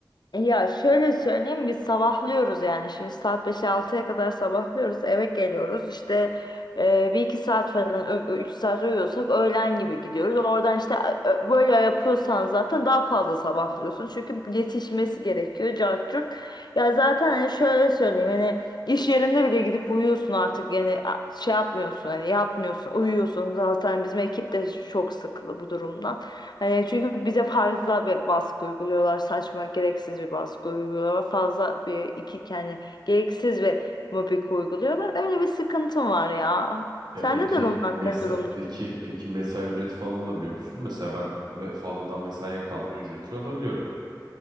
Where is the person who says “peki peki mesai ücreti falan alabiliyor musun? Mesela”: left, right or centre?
Right